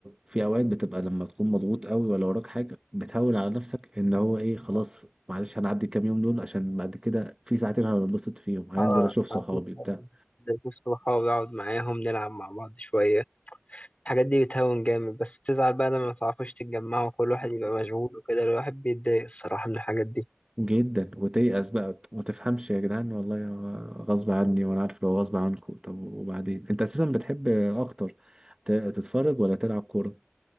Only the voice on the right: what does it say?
في اوقات بتبقى لما تكون مضغوط قوي ولا وراك حاجه بتهون على نفسك ان هو ايه خلاص معلش هنعدي الكام يوم دول عشان بعد كده في ساعتين هنبسط فيهم هننزل
اشوف صحابي
بتاع
مم.
جدا وتيأس بقى ما تفهمش يا جدعان والله يا غصب عني وانا عارف لو غصب عنكم طب وبعدين انت اساسا بتحب اكتر ت- تتفرج ولا تلعب كوره